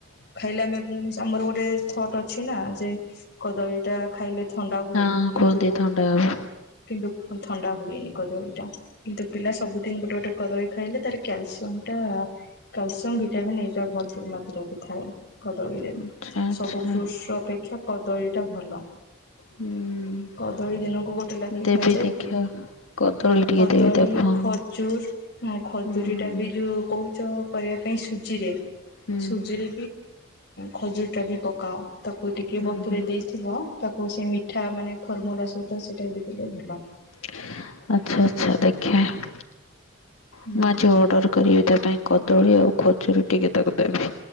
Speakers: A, on the left; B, on the left.
A: ଖାଇଲେ ଆମେ ଆମର ଗୋଟେ ଥଟ୍ ଅଛି ନା। ଯେ କଦଳୀଟା ଖାଇଲେ ଥଣ୍ଡା ହୁଏ।
B: ହଁ
A: କିନ୍ତୁ
B: କୁହନ୍ତି ଥଣ୍ଡା ହବ।
A: କିନ୍ତୁ ଥଣ୍ଡା ହୁଏନି କଦଦୀଟା, କିନ୍ତୁ ପିଲା ସବୁଦିନ୍‌ ଗୁଟେ କଦଳୀ ଖାଇଲେ ତା'ର କ୍ୟାଲସିୟମ୍ ଟା। କାଲ୍‌ସମ୍, ଭିଟାମନ୍ ଭର୍ ମାତ୍ରରେ ଥାଏ। କଦଳୀରେ,
B: ଆଚ୍ଛା ଆଚ୍ଛା
A: ସବୁ ଫ୍ରୁଟ୍ସ୍ ଅପେକ୍ଷା କଦଳୀଟା ଭଲ।
B: ହୁଁ
A: କଦଳୀ, ଦିନକୁ ଗୋଟେ ଲାଖେ
B: ଦେବି
A: ଖାଇଲେ।
B: ଦେଖିଆ। <inaudible>
A: ଳି,
B: ହଁ
A: ଖଜୁର୍
B: ହଁ।
A: ହଁ! ଖଜୁରୀ
B: ହୁଁ।
A: ଟା ବି ଯଉ କହୁଚ, କରିବା ପାଇଁ ସୁଜିରେ।
B: ହୁଁ
A: ସୁଜିରେ ଖଜୁରିଟା ବି ପକାଅ। ତା'କୁ ଟିକେ
B: ହୁଁ
A: ବତୁରେ
B: ହୁଁ ହୁଁ
A: ଦେଇଥିବ, ତାକୁ ସେ ମିଠା ମାନେ ଫର୍ମୁଲା <inaudible>
B: <inaudible>
A: ହୁଁ
B: ମୁଁ, ଆଜି ଅଡ଼ର୍ କରିବି ତା' ପାଇଁ କଦଳୀ ଆଉ। ଖଜୁରୀ ଟିକେ ତାକୁ ଦେ